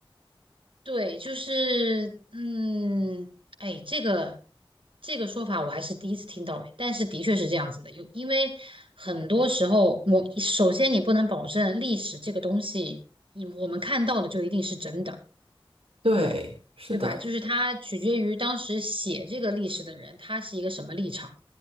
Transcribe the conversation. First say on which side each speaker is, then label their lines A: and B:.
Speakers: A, on the right; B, on the right.
A: 对，就是嗯，哎，这个这个说法我还是第一次听到哎，但是的确是这样子的，有因为很多时候我首先你不能保证历史这个东西，你我们看到的就一定是真的，
B: 对，是的，
A: 对吧？就是它取决于当时写这个历史的人，他是一个什么立场。